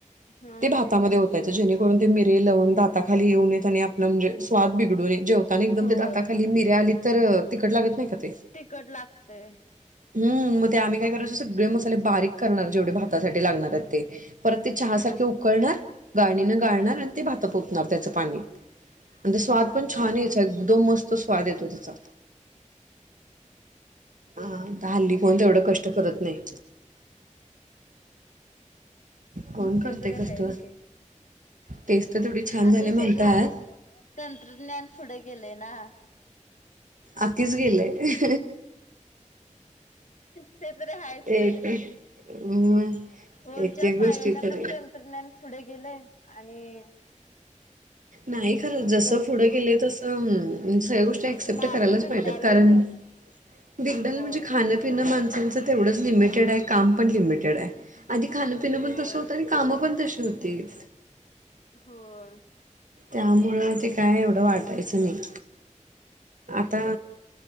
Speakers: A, on the left; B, on the right.
A: हा
B: ते भातामध्ये होतायचं. जेणेकरून ते मिरी लवंग दाताखाली येऊनेत आणि आपलं म्हणजे स्वाद बिघडू नयेत. जेवताना एकदम
A: हा होय
B: ते दाता खाली मिर्या आली तर तिकट ला नाही का <unintelligible>
A: तिकट लागतय.
B: हम् मग ते आम्ही काय करणार सगळे मसाले बारीक करणार जेवढे भातासाठी लागणार आहेत ते परत ते चहा सारखे उकळणार गाळणीने गाळणार आणि ते भात फोतणार त्याचं पाणी. आणि स्वाद
A: हा
B: पण
A: हा
B: छान यायचा एकदम मस्त. तो स्वाद येतो तेचा. हा हल्ली कोण ते एवढं कष्ट करत नाही. कोण करते
A: ते तरी
B: कष्ट
A: हायच की
B: टेस्ट तर तेवढी छान
A: आता
B: झाली म्हणतात
A: सगळं तंत्रज्ञान पुढे गेलंय ना.
B: आतीच गेलंय.
A: ते तरी आहेच
B: एक
A: की.
B: म.
A: ओणच्या
B: एक एक
A: साहेनन
B: गोष्टी तरी
A: पण तंत्रज्ञान पुढे गेलेय. आणि.
B: नाही खरं जसं
A: इतर
B: पुढं
A: गोष्ट
B: गेले तसं सगळ्या गोष्टी अऍक्सेप्ट
A: माग
B: करायलाच
A: बिघडालय
B: पाहिजात कारण
A: पण.
B: बिगडल
A: होय.
B: म्हणजे खाणपिणं माणसच. तेवढंच लिमिटेड आहे काम पण लिमिटेड आहे. आधी खांण पिंण
A: हो.
B: पण तसं होतं आणि काय. <unintelligible> तशी होतीत.
A: होय.
B: त्यामुळं ते काय. बरं वाटायचं नाही. आता